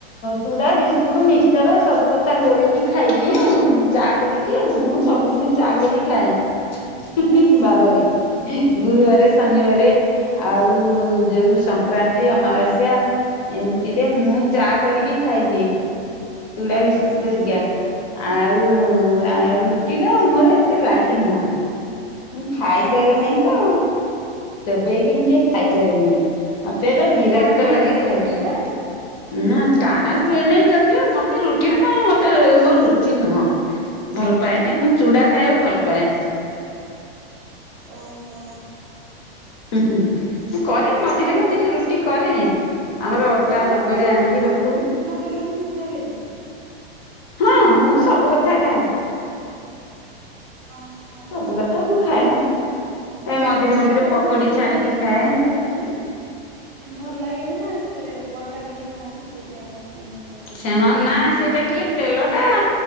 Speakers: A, on the left; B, on the right.
A: ଚୂଡ଼ା, ବିସ୍କୁଟ, ମିକ୍ସଚର ସବୁ କଥା ଗୋଳେଇକି ଖାଇଦିଏ ଆଉ। ଚା କରିକି ଆଉ, ମୁଁ ସବୁଦିନି ଚା କରିକି ଖାଏ। ହୁଁ,
B: ରାତି
A: ହୁଁ, ବାରରେ। <unintelligible> ଗୁରୁବାରେ, ଶନିବାରେ ଆଉ ଯୋଉ ସଂକ୍ରାନ୍ତି, ଅମାବାସ୍ୟା ଏମିତିରେ ମୁଁ ଚା କରିକି ଖାଇଦିଏ। ଚୁଡା, ବିସ୍କୁଟ୍
B: ଓହୋ
A: ହରିକା। ଆଉ ଆ ରୁଟି ଟା ମୋରୋ ଏତେ ଲାଇକି ନୁହଁ। ମୁଁ ଖାଇପାରେନେଇ
B: ଓହୋ
A: ତ, ଚୋବେଇକି ମୁଁ ଟିକେ ଖାଇଚାରେନି। ମତେ ଏରା
B: ଏ
A: ବିରକ୍ତ
B: ଟାଣ ହେଇଯାଏ
A: ଲାଗେ ଖାଇବାକୁ।
B: ରୁଟି ଗୁଡା
A: ନା ଟାଣ ହୁଏ ନାହିଁ ଯଦିଓ ମତେ ରୁଟି ଟା କାଇଁ ମତେ, ମୋରୋ ରୁଚି ନୁହଁ। ଭଲ୍ ପାଏନି, ମୁଁ ଚୁଡା ଖାଇଆକୁ ଭଲି ପାଏ।
B: ଓହୋ!
A: ହୁଁ ହୁଁ କରେ ମଝିରେ
B: ଆଉ
A: ମୁଝିରେ ରୁଟି କରେ। ଆମର ଅଟା
B: ପରଟା
A: ସବବେଳେ
B: ଖାଇଦଉନାହାନ୍ତି
A: ଆଣିକି ରଖୁ।
B: ନା ତେଲ ଜିନିଷ ଖାଇବେନି?
A: ହଁ, ମୁଁ ସବୁ କଥା ଖାଏ।
B: ଓହୋ।
A: ସବୁ କଥା ମୁଁ ଖାଏ।
B: ଏ
A: ମଝିରେ
B: ରୁଟି
A: ମଝିରେ
B: ତ ଅଧିକାଂଶ
A: ପକୋଡି
B: ଲୋକୋଙ୍କୁ
A: ଛାଣିକି
B: ଏତେଟା
A: ଖାଏ।
B: ଭଲ ଲାଗେନି। ଭଲ୍ ଲାଗେନି ନା ସେ ପରଟା କରିକି ଖାଆନ୍ତି ସେଇଥିପାଇଁ ମୁଁ କରିବି।
A: ଚ୍ଛା ହ ନା ସେଇଟା ଟିଏ ତେଲ ଟା